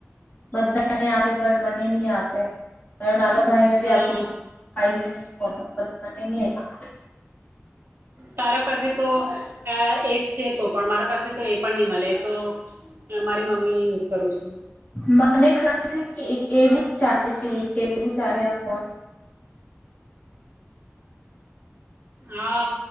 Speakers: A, on the left; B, on the right.
A: બધાને આપે પણ મને નહ આપે મારો નાનો ભાઈને ભી
B: હા
A: આપી દીધો ફાઈીબ <unintelligible>
B: તારા પાસે તો એ છે તો પણ મારા પાસે તો એ પણ નહી મળે તો મારી મમ્મી ને યુઝ કરું છું.
A: મને ખબર છે કે એવું ચાલે છે એવું ચાલે આ ફોન
B: હા